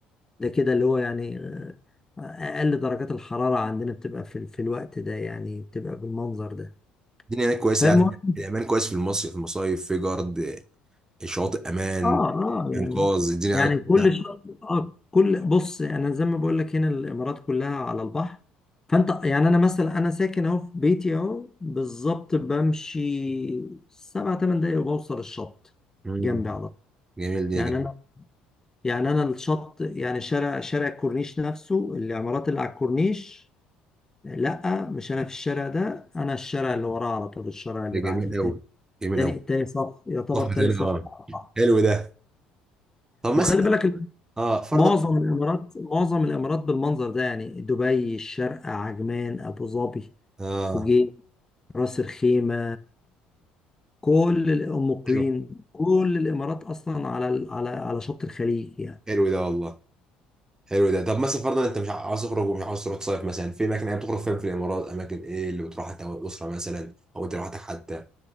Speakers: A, on the left; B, on the right.
A: ده كده اللي هو يعني آه، أقل درجات الحرارة عندنا بتبقى في, في الوقت ده يعني بتبقى بالمنظر ده
B: الدنيا هناك كويسه
A: فالمهم
B: يعني الامان كويس في المصيف في المصايف في جارد آه، شواطئ امان
A: اه اه يعني
B: انقاذ الدنيا
A: يعني
B: هناك
A: كل
B: كويسة.
A: شط اه كل بص انا زي ما بقول لك هنا الامارات كلها على البحر فانت يعني انا مثلا انا ساكن اهو في بيتي اهو بالظبط بمشي سبع ثمان دقايق وبوصل الشط
B: مم.
A: جنبي على طول
B: جميل دي
A: يعني
B: جميل
A: انا يعني انا الشط يعني شارع شارع الكورنيش نفسه العمارات اللي على الكورنيش لا مش انا في الشارع ده انا الشارع اللي وراه على طول الشارع اللي
B: ده جميل
A: بعديه
B: قوي
A: تاني
B: جميل
A: تاني
B: قوي
A: تاني صف يعتبر
B: طب
A: تاني
B: تاني
A: صف
B: اه
A: على البحر
B: حلو ده طب مثلا
A: وخلي بالك
B: اه فرضا
A: معظم الامارات معظم الامارات بالمنظر ده يعني دبي الشارقة عجمان ابو ظبي
B: اه
A: فوجين راس الخيمة كل ال- ام قوين
B: حلو
A: كل الامارات اصلا على ال- على على شط الخليج يعني
B: حلو ده والله حلو ده طب مثلا فرضا انت مش عاوز تخرج ومش عاوز تروح تصيف مثلا في اماكن يعني بتخرج فين في الامارات اماكن ايه اللي بتروحها انت والاسره مثلا او انت لوحدك حتى